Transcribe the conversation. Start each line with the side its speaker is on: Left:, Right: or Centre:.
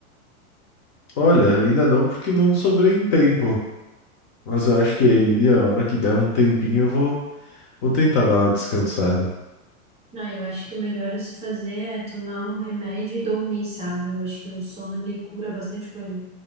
Left: Olha, ainda não porque não sobrei em tempo, mas eu acho que
Right: Uhum.
Left: aí a hora que der um tempinho eu vou, vou tentar dar uma descansada.
Right: Não, eu acho que o melhor a se fazer é tomar um remédio e dormir, sabe? Eu acho que o sono ele cura bastante coisa.